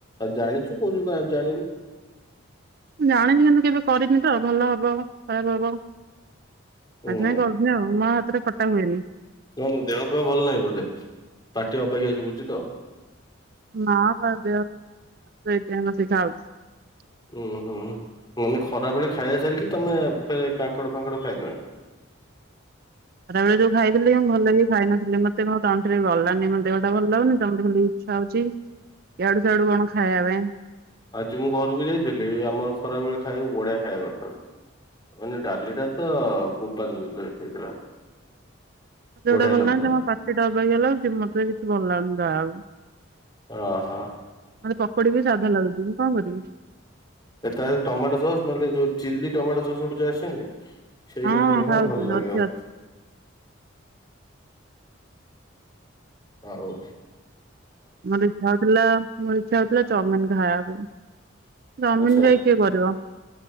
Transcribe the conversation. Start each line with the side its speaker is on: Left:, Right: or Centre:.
Left: ଆ ଜାଣିଛୁ କହୁଛୁ କଣ ଜାଣିିନୁ?
Right: ଜାଣିଛି କିନ୍ତୁ କେବେ କରିନି ତ ଭଲ ହବ ଖରାପ ହବ।
Left: ହୁଁ
Right: ଆଜି ନାଇଁ କହୁଥିଲ। ନାଁ ହେତେରେ ହାତରେ ଖଟା ହୁଏନି।
Left: ନାଁ ଦେହ ପା ଭଲ ନାହିଁ ବୋଧେ ପାଟି ଅବାକିଆ ଶୁଖୁଛି ତ?
Right: ନାଁ ବା ଦେହ <unintelligible> ଖାଉଛ <unintelligible>
Left: ଉୁଁ ହୁଁ ମାନେ ଖରା ବେଳେ ଖାଇବା ସାରିକି ତମେ ଫରେ କାଙ୍କଡ ଫାଙ୍କଡ ଖାଇଲଣି?
Right: <inaudible> ଖରାବେଳେ ଯୋଉ ଖାଇଥିଲି ମୁଁ ଭଲ କି ଖାଇ ନଥିଲି ମତେ ମୋ ତଣ୍ଟିରେ ଦେହଟା ଭଲ ଲାଗୁନି ତାପରେ ଖାଲି ଇଚ୍ଛା ହଉଛି ଇଆଡୁ ସିଆଡୁ କଣ ଖାଇବା ପାଇଁ।
Left: ଆଜି ମୁଁ ଘରକୁ ଯାଇଥିଲି। ଆମର ଖରା ବେଳେ ଖାଇବାକୁ ବଢିଆ ଖାଇବା କରିଥିଲା। ମାନେ ଡାଲିଟା ତ ବୋବାଲ ହେଇଥିଲା।
Right: ମୁଁ ଯୋଉଁଟା
Left: ବଢିଆ
Right: ଭଲ
Left: ଲାଗୁଥିଲା।
Right: ନାଁ ତମ ପାଟିଟା ଅବାଗିଆ ଲାଗୁଚି। ମତେ କିଛି ଭଲ ଲାଗୁନି ଦବାକୁ
Left: ଓ ହୋ।
Right: ମତେ ପକୋଡି ବି ସଦା ଲାଗୁଛି ମୁଁ କଣ କରିବି?
Left: ଏଟ ଟମାଟୋ ସସ୍ ନହେଲେ ଯୋଉଁ ଚିଲି ଟମାଟୋ ସସ୍ ଗୋଟେ ଯୋଉଁ ଆସେନି? ସେଇଟା
Right: ହଁ ଖାଉଛି
Left: ଖା ଭଲ ଲାଗିବ।
Right: ଅଛି ଅଛି।
Left: ହ ହଉ।
Right: ମୋର ଇଛା ହଉଥିଲା ମୋର ଇଚ୍ଛା ହଉଥିଲା ଚାଉମିିନ ଖାଇବାକୁ। ଚାଉମିନ
Left: ଆଚ୍ଛା
Right: ଟା କିଏ କରିବ?